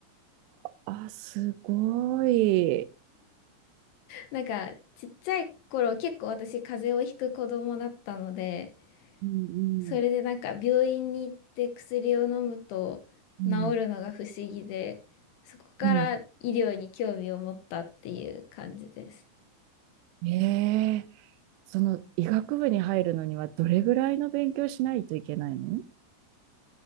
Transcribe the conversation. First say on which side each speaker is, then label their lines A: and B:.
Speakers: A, on the right (about 85°); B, on the left (about 75°).
A: ああすごい。
B: なんかちっちゃい頃結構私風邪をひく子供だったので、
A: うん
B: それでなんか病院に行って薬を飲むと治るのが不思議で、
A: うん。うん
B: そこから医療に興味を持ったっていう感じです。
A: うんええその医学部に入るのにはどれぐらいの勉強しないといけないの